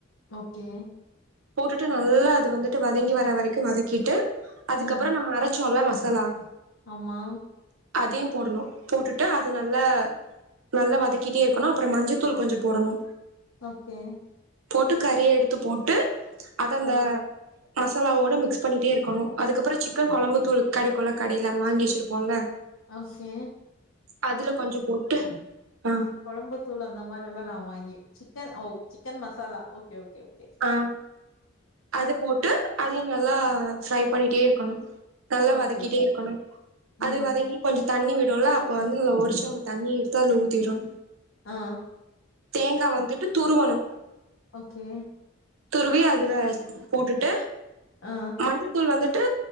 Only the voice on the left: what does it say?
ஓகே
ம்.
ஆமா
ஓகே
ஆ.
ஓகே.
கொழம்புத்தூள் அந்த மாரில்லா நா வாங்கி சிக்கன் ஓ chicken masala okay okay okay.
ஓகே.
ம்.
ம்.
ஆ
ஓகே
ஆ.